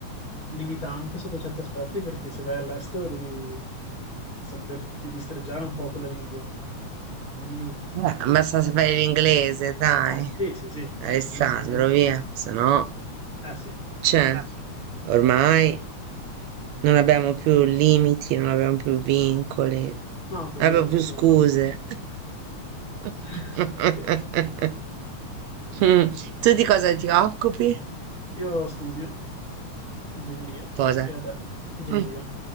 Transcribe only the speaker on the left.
limitante sotto certi aspetti, perché se vai all'estero devi saperti distreggiare un po' con la lingua, minimo.
Eh, sì, sì, sì, sì,
sì, almeno, almeno quello.
Eh, sì.
No, quello,
quello...
<laughs> Sì.
Io studio ingegneria
e, ad- ingegneria,